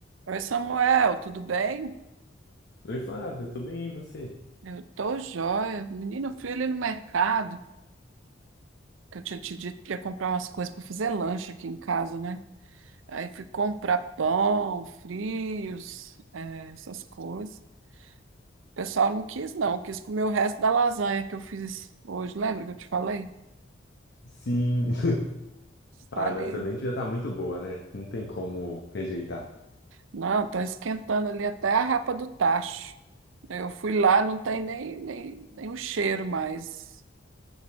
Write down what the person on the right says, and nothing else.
Oi, Samuel, tudo bem?
Eu tô jóia. Menino, eu fui ali no mercado, que eu tinha te dito que ia comprar umas coisas para fazer lanche aqui em casa, né? Aí fui comprar pão, frios, eh, essas coisas. O pessoal não quis, não, quis comer o resto da lasanha que eu fiz hoje. Lembra que eu te falei?
Falei.
Não, estão esquentando ali até a rapa do tacho. Eu fui lá, não tem nem, nem, nem o cheiro mais.